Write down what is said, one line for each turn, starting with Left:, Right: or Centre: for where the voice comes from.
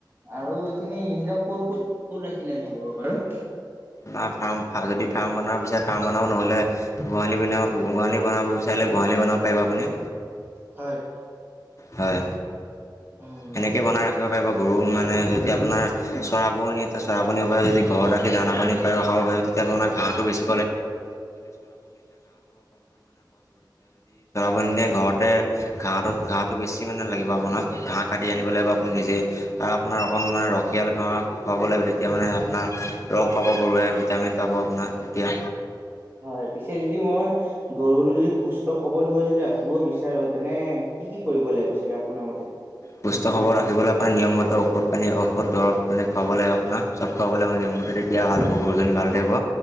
Right: আৰু এইখিনি ইহিতক ক'ত ক'ত ক'ত ৰাখিলে ভাল হ'ব বাৰু?
Left: াৰ ফাৰ্ম যদি ফাৰ্ম বনাব বিচাৰে ফাৰ্ম বনাব নহলে গোহালি বনাব গোহালি বনাব বিচাৰে গোহালি বনাব পাৰিব আপুনি।
Right: হয়।
Left: হয়,
Right: উম
Left: এনেকে বনাই ৰাখিব পাৰিব। গৰু মানে যদি আপোনাৰ চৰাবনী এতিয়া চৰাবনীৰ পৰা যদি ঘৰত ৰাখি দানা পানী খ খাব পাৰে ঘটো বেছৈ <unintelligible> আপনি ঘৰতে ঘাঁহটো ঘাঁহটো বেছি মানে লাগিব আপোনাক ঘাঁহ কাটি আনিব লাগিব আপুনি নিজে আৰু আপোনাৰ অকণ মানে ৰসিয়াল ঘঁৰা খুৱাব লাগিব তেতিয়া মানে আপোনাৰ ৰস পাব ক'ৰবাই ভিটামিন পাব আপোনাৰ তেতিয়া
Right: হয় পিছে যদি মই গৰুটো যদি সুস্থ সবল হৈ যদি ৰাখিব বিচাৰো তেনে কি কি কৰিব লাগিব চাগে আপোনাৰ মতে?
Left: সুস্থ সবল ৰাখিবলৈ আপোনাৰিয়মতে ঔষধ পানী ঔষধ দৰৱ পানী খোৱাব লাগে আপোনাৰ চব খোৱাব হয় নিয়ম মতে তেতিয়া ভাল হ'ব। গৰুজনী ভাল থাকিব